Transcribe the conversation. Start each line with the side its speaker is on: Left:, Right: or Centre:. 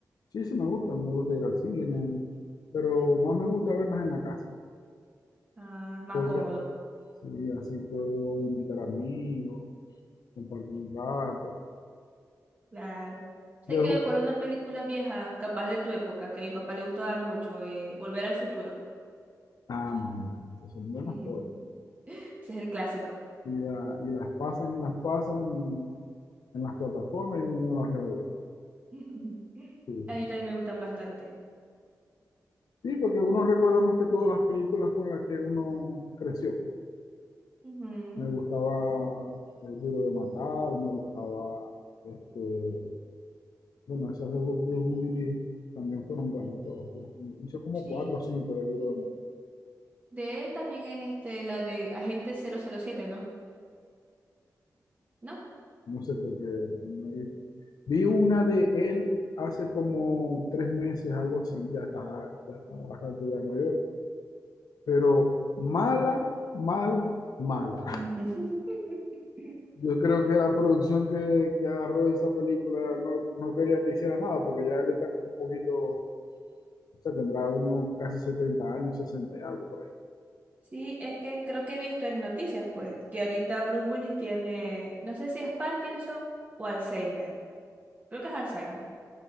Left: sí, sí me gustan. Me gusta ir al cine, pero más me gusta verlas en la casa,
Right: ah, más
Left: porque
Right: cómodo.
Left: sí, así puedo invitar amigos, compartir un rato.
Right: Claro. Sé
Left: Dejo,
Right: que recuerdo una película vieja, capaz de tu época, que a mi papá le gustaba mucho, eh, Volver al futuro.
Left: ah, imagínate, esas son buenas
Right: <laughs>
Left: cosas.
Right: Ese es el clásico.
Left: Y, la- y las pasan y las pasan en, en las plataformas y uno las revive.
Right: <laughs>
Left: Sí,
Right: A
Left: son
Right: mí
Left: buenas.
Right: también me gustan bastante.
Left: Sí, porque uno recuerda más que todas las películas con las que uno creció. pues.
Right: Ujú,
Left: Me gustaba El Duro de Matar, me gustaba este, Bueno, esas de Blue Willy también fueron buenas todas. Hizo como
Right: Sí.
Left: cuatro o cinco de Duro de Matar.
Right: De él también es este, la de Agente cero cero siete, ¿no? ¿No?
Left: No sé por qué. no vi. Vi una de él hace como tres meses, algo así. Ya está, ya está bastante ya mayor. Pero mala, mala, mala.
Right: <laughs>
Left: Yo creo que la producción que, que agarró esa película no, no quería que hiciera nada, porque ya él está como un poquito, o sea, tendrá unos casi 70 años, 60 y algo por ahí.
Right: Sí, es que creo que he visto en noticias, pues, que ahorita Bruce Willis tiene, no sé si es Parkinson o Alzheimer. Creo que es Alzheimer.